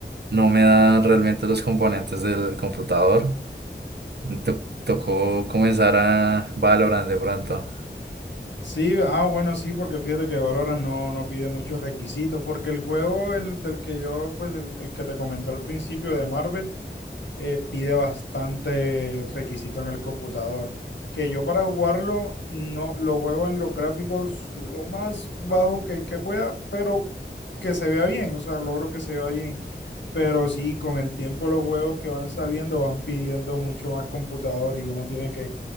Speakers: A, on the right (about 65°); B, on the left (about 75°).
A: no me da realmente los componentes del computador. To- tocó comenzar a Valorant de pronto.
B: Sí, ah, bueno, sí, porque fíjate que Valorant no, no pide muchos requisitos, porque el juego el, del que yo, pues el, el que te comenté al principio de Marvel, eh, pide bastante requisito en el computador. Que yo para jugarlo no lo juego en los gráficos lo más bajo que, que pueda, pero que se vea bien, o sea, logro que se vea bien. Pero sí, con el tiempo los juegos que van saliendo van pidiendo mucho más computador y uno tiene que,